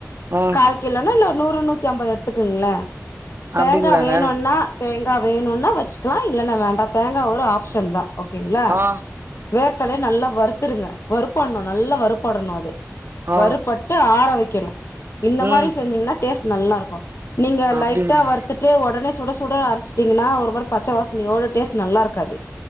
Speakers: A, on the right (about 50°); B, on the left (about 60°).
A: ஆ
B: கால் கிலோன இல்ல நூறு நூத்தி அம்பது எடுத்துக்குங்களே
A: அப்டிங்களாங்க
B: தேங்கா வேணுன்னா தே தேங்கா வேணுன்னா வச்சுக்கலா இல்லன்னா வேண்டா தேங்கா ஒரு ஆப்ஷன் தா ஓகேங்களா
A: ஆ
B: வேர்க் கல்லய நல்லா வருத்துருங்க வருப்பட்ணு நல்லா வருப்படணு அது
A: ஆ
B: வருபட்டு ஆர வெக் கெனு இந்த
A: ம்
B: மாரி செஞ்ஜிங்கன்னா டேஸ்ட் நல்லாருக்கும் நீங்க
A: அப்டிங்களா
B: லைட்டா வரத்துட்டு ஒடனே ஸ் சுட சுட அரச்சுட்டிங்கன்னா ஒருமாரி பச்ச வாசனையோட டேஸ்ட் நல்லாருக்காது